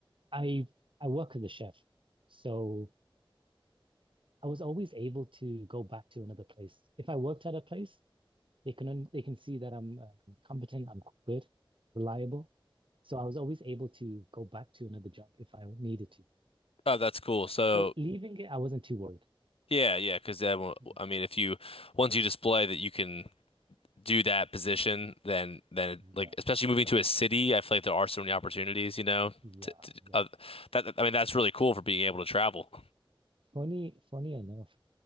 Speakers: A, on the right; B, on the left.
A: I I work as a chef, so I was always able to go back to another place. If I worked at a place, they can un- they can see that I'm uh, competent, I'm good, reliable. So I was always able to go back to another job if I needed to.
B: Oh, that's cool. So
A: So leaving it, I wasn't too worried.
B: yeah, yeah, 'cause then
A: Mm,
B: I mean if you once you display that you can do that position, then then
A: Yeah,
B: like especially moving to a city, I feel like there are so many opportunities, you know.
A: yeah,
B: To, to,
A: yeah.
B: uh, that I mean that's really cool for being able to travel.
A: Funny, funny enough,